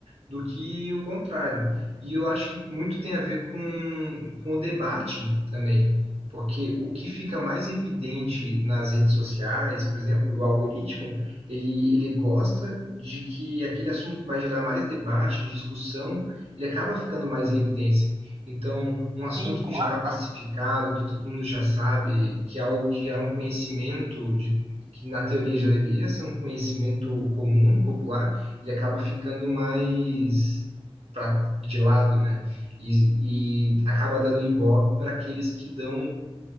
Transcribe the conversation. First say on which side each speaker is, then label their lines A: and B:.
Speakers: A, on the right (about 85°); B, on the right (about 40°).
A: do que o contrário. E eu acho que muito tem a ver com, com o debate também, porque o que fica mais evidente nas redes sociais, por exemplo, o algoritmo, ele, ele gosta de que aquele assunto que vai gerar mais debate, discussão, ele acaba ficando mais em evidência. Então, um assunto
B: Sim, com
A: que já
B: razão.
A: está pacificado, que todo mundo já sabe, que é algo que é um conhecimento de, que na teoria já deveria ser um conhecimento comum, popular, ele acaba ficando mais pra, de lado, né? E, e acaba dando ibope para aqueles que dão,